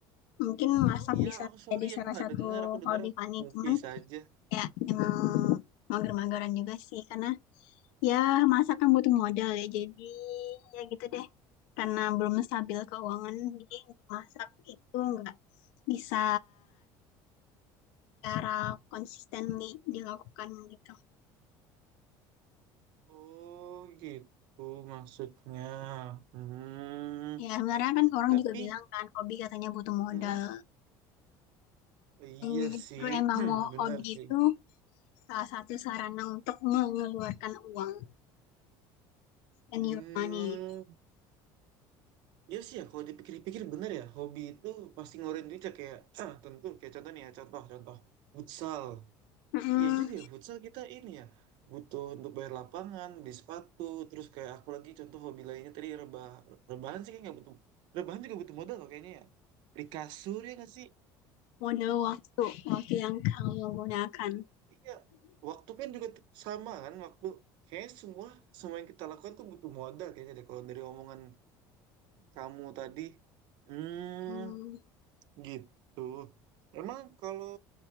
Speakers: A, on the left; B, on the right.
A: mungkin masak
B: Oh iya,
A: bisa
B: aku sorry,
A: jadi
B: aku
A: salah
B: nggak
A: satu
B: dengar. Aku
A: hobi
B: dengar
A: Fani
B: movie
A: cuman
B: saja.
A: kayak emang mager-mageran juga sih karena ya masak kan butuh modal ya jadi ya gitu deh karena belum stabil keuangan jadi untuk masak itu nggak bisa cara konsistenly dilakukan gitu
B: Oh gitu maksudnya. Hmm,
A: ya sebenarnya kan orang
B: tapi,
A: juga bilang kan hobi katanya butuh modal
B: hmm, iya
A: dan justru
B: sih,
A: emang
B: <clears throat>
A: mau
B: benar
A: hobi
B: sih.
A: itu salah satu sarana untuk mengeluarkan uang dan
B: Hmm,
A: your money
B: iya sih ya. Kalau dipikir-pikir benar ya, hobi itu pasti ngeluarin duit ya kayak, <clears throat> tentu kayak contoh nih ya, contoh, contoh, futsal.
A: Mm-mm.
B: Iya juga ya, futsal kita ini ya, butuh untuk bayar lapangan, beli sepatu, terus kayak aku lagi contoh hobi lainnya tadi rebah, rebahan sih kayak nggak butuh, rebahan juga butuh modal loh kayaknya ya. Beli kasur ya nggak sih?
A: model waktu, waktu yang kamu gunakan.
B: Iya, waktu kan juga t- sama kan, waktu kayaknya semua semua yang kita lakukan tuh butuh modal kayaknya deh. Kalau dari omongan kamu tadi, hmm,
A: Hmm,
B: gitu. Emang kalau